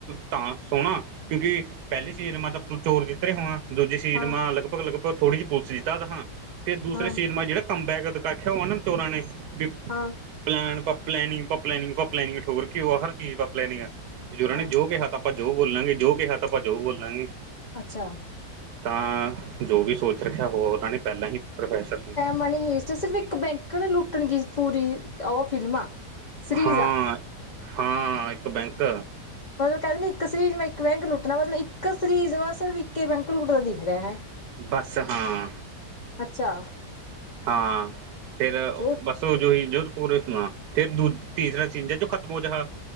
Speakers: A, on the right (about 70°); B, on the left (about 80°).
A: ਤਾਂ ਸੋਹਣਾ ਕਿਉਂਕਿ ਪਹਿਲੀ ਸੀਜ਼ਨ ਮਾ ਤਾਂ ਚੋਰ ਜਿੱਤ ਰਹੇ ਹੋਵਾਂ, ਦੂਜੇ ਸੀਜਨ
B: ਹਾਂ
A: ਮਾ ਲਗਭਗ- ਲਗਭਗ ਪਰ ਥੋੜ੍ਹੀ ਜਿਹੀ ਪੁਲਿਸ ਸੀ ਤਦ ਹਾਂ, ਫਿਰ ਦੂਸਰੇ
B: ਹਾਂ
A: ਸੀਨ ਮਾ ਜੇੜਾ ਕੰਮਬੈਕ ਆਖਿਆ, ਓਨਾ ਚੋਰਾਂ ਨੇ ਵੀ
B: ਹਾਂ।
A: ਪਲੈਨ ਪ ਪਲੈਨਿੰਗ- ਪਲੈਨਿੰਗ, ਪ ਪਲੈਨਿੰਗ ਠੋਕ ਰਖੀ ਆ, ਹਰ ਚੀਜ਼ ਪੈ ਪਲੈਨਿੰਗ ਐ, ਬੀ ਔਨੇ
B: ਹਾਂ
A: ਜੋ ਕਿਹਾ ਤਾ ਆਪਾਂ ਜੋ ਬੋਲਾਂਗੇ, ਜੋ ਕਿਹਾ ਤਾਂ ਆਪਾਂ ਜੋ ਬੋਲਾਂਗੇ।
B: ਅੱਛਾ।
A: ਤਾਂ ਜੋ ਵੀ ਸੋਚ ਰੱਖਿਆ ਹੋ ਓਨਾਂ ਨੇ, ਪਹਿਲਾਂ ਹੀ ਪ੍ਰੋਫੈਸਰ ਨੇ
B: ਮਾਣ ਏਸ ਚ ਸਿਰਫ ਇੱਕ ਬੈਂਕ ਨਾ ਲੁੱਟਣ ਕੀ ਪੂਰੀ ਓਹ ਫਿਲਮ ਆ। ਸੀਰੀਜ਼
A: ਹਾਂ-
B: ਆ
A: ਹਾਂ, ਇੱਕ ਬੈਂਕ।
B: ਮਤਲਬ ਕਹਿੰਦੇ ਨੇ ਇੱਕ ਸੀਰੀਜ਼ ਮੈਂ ਇੱਕ ਬੈਂਕ ਲੁੱਟਣਾ, ਮਤਲਬ ਇੱਕ ਸਰੀਜ਼ ਮੈਂ ਸਿਰਫ ਇੱਕ ਈ ਬੈਂਕ ਲੁੱਟਦਾ ਦਿਖ ਰਿਹਾ ਹੈ।
A: ਬਸ ਹਾਂ।
B: ਅੱਛਾ।
A: ਹਾਂ, ਫੇਰ
B: ਝੂਠ
A: ਬਸ ਸੋ ਜੋ ਹੀ ਜੋ ਪੂਰੇ ਸੁਣਾ ਫੇਰ, ਦੂ ਤੀਸਰਾ ਸੀਨ ਜ ਜੋ ਖ਼ਤਮ ਹੋ ਜਾ,